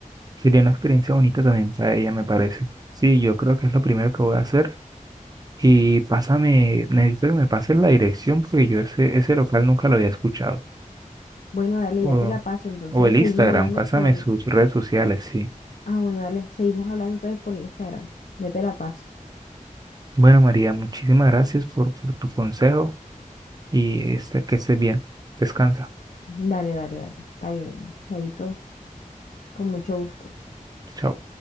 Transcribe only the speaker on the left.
Bueno, dale,
ya te la paso. Entonces,
seguimos
hablando
por
Ah, bueno, dale, seguimos hablando entonces por Instagram. Ya te la paso.
Dale, dale, dale. Está bien. Chaito, con mucho gusto.